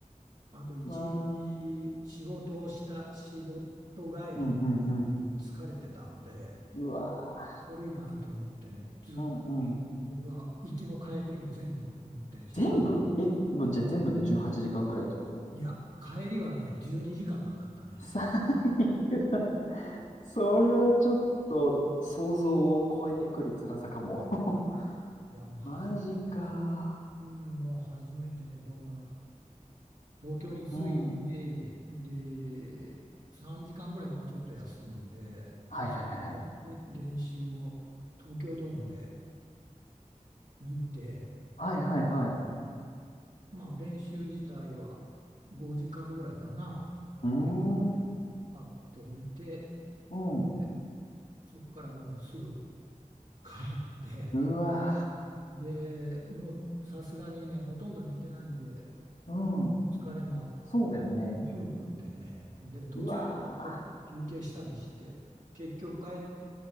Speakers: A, on the right (about 75°); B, on the left (about 70°).
A: あと一日仕事をした、
B: <laughs> まあ、
A: 仕事帰りで
B: うんうんうん。
A: 疲れてたので、
B: うわ
A: 悪いかなと思ってね、ずっと
B: ーうんうん。
A: 僕が行きも帰りも全部運転して、
B: 全部え、もうじゃあ全部で18時間ぐらいってこと
A: いや、帰りはね、12時間かんかかったね。
B: 最悪だ。それはちょっと想像を超えてくる辛さかも。<laughs>
A: いや、もう初めて、
B: マジか。
A: うん、もう初めてね、だから、東京に着いて、
B: うん。
A: で、3時間ぐらい、まあちょっと休んで、
B: はいはいはいはい。
A: で、そこからね練習を東京ドームで見て、
B: はいはいはい。
A: まあ練習自体は5時間ぐらいかな、
B: うーん。
A: であってみて、
B: うん。
A: でそこからもうすぐ帰って、
B: うわ
A: で、もうさすがにね、ほとんど寝てないんで、
B: ー。うん。
A: 疲れもあっ
B: そうだよね。
A: 眠くてね、で、途中でちょっと休憩したりして、
B: うわ
A: 結局帰っ